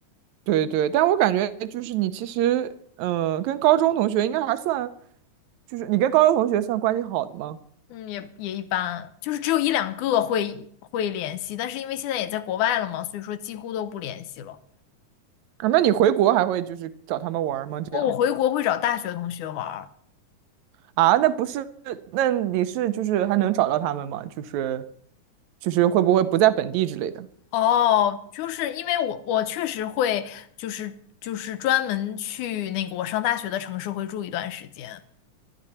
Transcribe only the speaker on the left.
嗯，也也一般，就是只有一两个会会联系，但是因为现在也在国外了嘛，所以说几乎都不联系了。
哦，我回国会找大学同学玩儿。
哦，就是因为我我确实会，就是就是专门去那个我上大学的城市会住一段时间。